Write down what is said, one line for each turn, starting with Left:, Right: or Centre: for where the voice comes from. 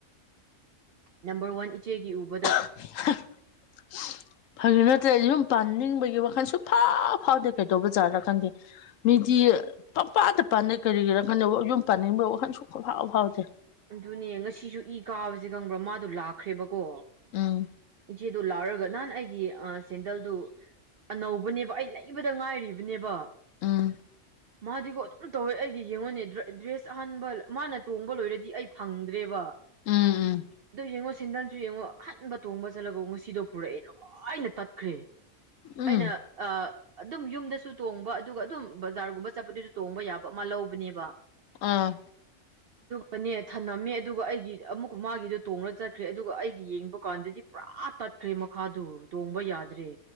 Right: ꯅꯝꯕꯔ ꯋꯥꯟ ꯏꯆꯦꯒꯤ ꯎꯕꯗ
Left: <inaudible> ꯐꯥꯒꯤ ꯅꯠꯇ꯭ꯔꯦ ꯌꯨꯝ ꯄꯥꯅꯤꯡꯕꯒꯤ ꯋꯥꯈꯟ ꯁꯨꯛ ꯐꯥꯎ ꯐꯥꯎꯗꯦ ꯀꯩꯗꯧꯕꯖꯥꯠꯔ ꯈꯪꯗꯦ ꯃꯤꯗꯤ ꯄꯪꯄꯥꯟꯗ ꯄꯥꯟꯅꯩ ꯀꯔꯤꯒꯤꯔꯥ ꯈꯪꯗꯦ ꯌꯨꯝ ꯄꯥꯅꯤꯡꯕꯩ ꯋꯥꯈꯟ ꯁꯨꯛ ꯐꯥꯎ ꯐꯥꯎꯗꯦ
Right: ꯑꯗꯨꯅꯦ ꯉꯁꯤꯁꯨ ꯏ ꯀꯥꯕꯖꯦ ꯈꯪꯕ꯭ꯔꯥ ꯃꯥꯗꯣ ꯂꯥꯛꯈ꯭ꯔꯦꯕꯀꯣ
Left: ꯎꯝ
Right: ꯏꯆꯦ ꯑꯗꯨ ꯂꯥꯛꯔꯒ ꯅꯍꯥꯟ ꯑꯩꯒꯤ ꯑꯥ ꯁꯦꯟꯗꯜꯗꯨ ꯑꯅꯧꯕꯅꯦꯕ ꯑꯩ ꯂꯩꯕꯗ ꯉꯥꯏꯔꯤꯕꯅꯦꯕ
Left: ꯎꯝ
Right: ꯃꯥꯗꯤꯒꯣ ꯑꯗꯨꯝ ꯇꯧꯋꯦ ꯑꯩꯒꯤ ꯌꯦꯡꯉꯣꯅꯦ ꯗ꯭ꯔꯦꯁ ꯗ꯭ꯔꯦꯁ ꯑꯍꯟꯕ ꯃꯥꯅ ꯇꯣꯡꯕ ꯂꯣꯏꯔꯗꯤ ꯑꯩ ꯐꯪꯗ꯭ꯔꯦꯕ
Left: ꯎꯝ ꯎꯝ
Right: ꯑꯗꯨ ꯌꯦꯡꯉꯣ ꯁꯦꯟꯗꯜ ꯌꯦꯡꯉꯣ ꯑꯍꯟꯕ ꯇꯣꯡꯕꯉ ꯆꯠꯂꯒ ꯉꯁꯤꯗꯣ ꯄꯨꯔꯛꯑꯦ ꯂꯣꯏꯅ ꯇꯠꯈ꯭ꯔꯦ
Left: ꯎꯝ
Right: ꯑꯩꯅ ꯑꯥ ꯑꯗꯨꯝ ꯌꯨꯝꯗꯁꯨ ꯇꯣꯡꯕ ꯑꯗꯨꯒ ꯑꯗꯨꯝ ꯕꯖꯥꯔꯒꯨꯝꯕ ꯆꯠꯄꯗꯖꯨ ꯇꯣꯡꯕ ꯌꯥꯕ ꯑꯃ ꯂꯧꯕꯅꯦꯕ
Left: ꯑꯥ
Right: ꯀꯅꯦ ꯊꯝꯃꯝꯃꯦ ꯑꯗꯨꯒ ꯑꯩꯒꯤ ꯑꯃꯨꯛꯀ ꯃꯥꯒꯤꯗꯣ ꯇꯣꯡꯡꯂꯒ ꯆꯠꯈ꯭ꯔꯦ ꯑꯗꯨꯒ ꯑꯩꯒꯤ ꯌꯦꯡꯕ ꯀꯥꯟꯗꯗꯤ ꯄꯨꯔꯥ ꯇꯠꯈ꯭ꯔꯦ ꯃꯈꯥꯗꯨ ꯇꯣꯡꯕ ꯌꯥꯗ꯭ꯔꯦ